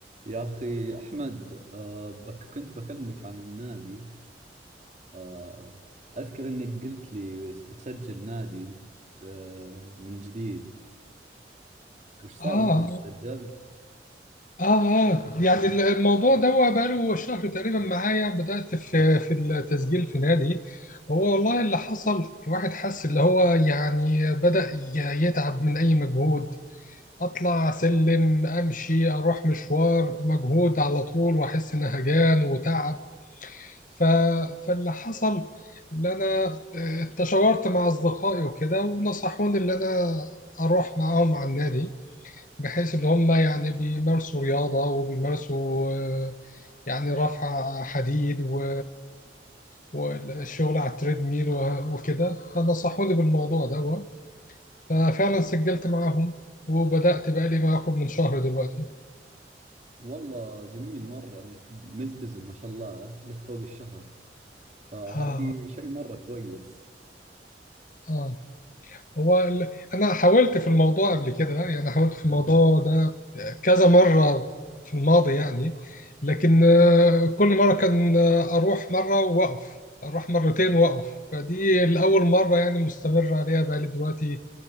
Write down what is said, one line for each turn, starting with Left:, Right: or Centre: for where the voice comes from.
Right: يا أخي أحمد آه بك كنت بكلمك عن النادي آه أذكر إنك قلت لي بس- بتسجل نادي آه من جديد وش صار
Left: آه
Right: آه. معك سجلت؟
Left: آه آه يعني ال- الموضوع ده هو بقاله شهر تقريبا معايا بدأت في في التسجيل في نادي هو والله اللي حصل الواحد حس اللي هو يعني بدأ ي- يتعب من أي مجهود أطلع أسلم أمشي أروح مشوار مجهود على طول وأحس إن هجان وتعب ف... فاللي حصل اللي أنا آه، اتشاورت مع أصدقائي وكده ونصحوني اللي أنا أروح معاهم على النادي بحيث ان هم يعني بيمارسوا رياضه وبيمارسوا آه، يعني رفع حديد و والشغل على التريدميل و- وكده فنصحوني بالموضوع ده ففعلا سجلت معاهم وبدأت بقى لي ما يقرب من شهر دلوقتي
Right: والله جميل مرة إنك ملتزم ما شاء الله آه، لك فوق الشهر فهذه
Left: آه
Right: شيء مرة كويس
Left: آه هو ال... انا حاولت في الموضوع قبل كده يعني حاولت في الموضوع ده كذا مرة في الماضي يعني لكن آه، كل مرة كان آه، اروح مرة واقف اروح مرتين واقف فدي الاول مرة يعني مستمر عليها بقالي دلوقتي